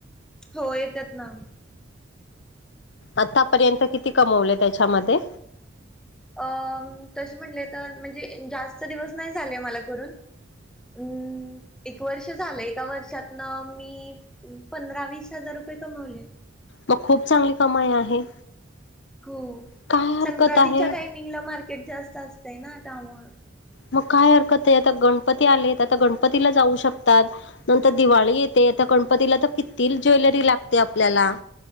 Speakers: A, in the centre; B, on the left (about 60°).
A: हो येतात ना
B: आतापर्यंत किती कमवले त्याच्यामध्ये
A: अ तसे म्हणले तर म्हणजे जास्त दिवस नाही झाले मला घून अं एक वर्ष झालं एका वर्षातन मी पंधरा वीस हजार रुपये कमवले
B: मग खूप चांगली कमाई आहे
A: हो
B: काय हरकत
A: संक्रांतीच्या
B: आहे
A: टायमिंगला मार्केट जास्त असतंय ना आता आम्हा
B: मग काय हरकत आहे आता गणपती आले आता गणपतीला जाऊ शकतात नंतर दिवाळी येते आता गणपतीला तर किती ज्वेलरी लागते आपल्याला